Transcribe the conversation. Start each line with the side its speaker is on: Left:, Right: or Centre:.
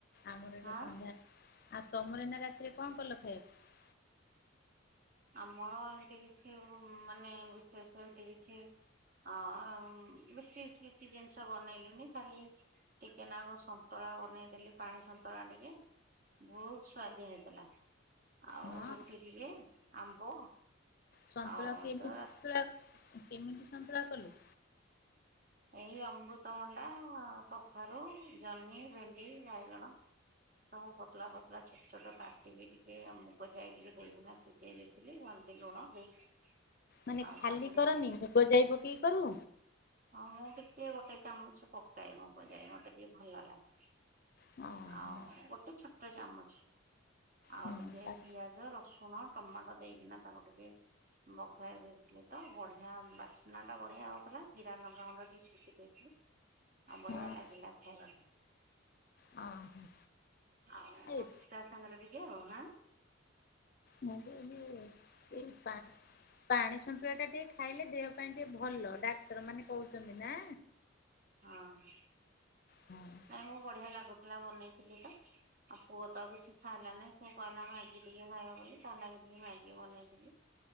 Left: ଆମର ଏଇଠି
Right: ହାଁ
Left: ସନ୍ଧ୍ୟା ଆ ତମର ଏଇନା ରାତିରେ କଣ କଲ ଖାଇବାକୁ?
Right: ଆମର ଏମିତି କିଛି ଉଁ ମାନେ ବିଶେଷ ଏମିତି କିଛି। ହଁ ଉଁ ବେଶୀ ଶିଝି ଜିନିଷ ବନେଇଲିନି ଖାଲି। ଟିକେ ନାକୁ ସନ୍ତୁଳା ବନେଇଦେଲି ପାଣି ସନ୍ତୁଳା ଟିକେ। ବହୁତ ସୁଆଦିଆ ହେଇଥିଲା ଆଉ
Left: ହଁ
Right: ରୁଟି ଟିକେ ଆମ୍ବ।
Left: ସନ୍ତୁଳା
Right: ଆଉ
Left: କେମି
Right: ତ
Left: ତୁଳା କେମିତି ସନ୍ତୁଳା କଲୁ?
Right: ଏଇ ଅମୃତଭଣ୍ଡା ଅ କଖାରୁ ଜହ୍ନି ଭେଣ୍ଡି ବାଇଗଣ। ସବୁ ପତଳା ପତଳା ଛୋଟ ଛୋଟ କାଟିକି ଟିକେ ମୁଗ ଯାଇ ଟିକେ ଦେଇକିନା ସିଝେଇ ଦେଇଥିଲି ଓ ଏମିତି ଲୁଣ ଦେଇକି।
Left: ମାନେ
Right: ଆଉ
Left: ଖାଲି
Right: ତାକୁ ଟିକେ
Left: କରନି ମୁଗ ଯାଇ ପକେଇ କରୁ?
Right: ହଁ ମୁଁ ଟିକେ ଗୋଟେ ଚାମଚ ପକାଏ ମୁଗ ଜାଇ ମତେ ଟିକେ ଭଲ ଲାଗେ।
Left: ହଁ
Right: ଆଉ
Left: ହଁ
Right: ଗୋଟେ ଛୋଟ ଚାମଚ। ଆଉ
Left: ହଁ
Right: ଟିକେ
Left: ତା
Right: ପିଆଜ ରସୁଣ ଟମାଟୋ ଦେଇକିନା ତାକୁ ଟିକେ। ବଘାରି ଦେଇଥିଲି ତ ବଢିଆ ବାସ୍ନା ଟା ବଢିଆ ହଉଥିଲା ଜି ଜିରା ଲଙ୍କା ଗୁଣ୍ଡ ଟିକେ ଛିଞ୍ଚିଦେଇଥିଲି ଆଉ ବଢ଼ିଆ
Left: ହଁ
Right: ଲାଗିଲା ଖାଇବା ପାଇଁ।
Left: ହଁ
Right: ଆଉ
Left: ଏ
Right: ରୁଟି ତା ସାଙ୍ଗରେ ଟିକେ ଆଉ ନା।
Left: ମୁଁ କହିଲି ଏଇ ପା-ପାଣି ସନ୍ତୁଳା ଟା ଟିକେ ଖାଇଲେ ଦେହ ପାଇଁ ଟିକେ ଭଲ ଡାକ୍ତର ମାନେ କହୁଛନ୍ତି ନା।
Right: ହଁ
Left: ହଁ
Right: ଆମକୁ ବଢିଆ ଲାଗୁ ଲା ବନେଇଥିଲି ତ ଆଉ ପୁଅ ତ କିଛି ଖାଇଲାନି ସେ କହିଲା ମାଗି ଟିକେ ଖାଇବ ବୋଲି ତା ଲାଗି ଟିକେ ମ୍ୟାଗି ବନେଇଦେଲି।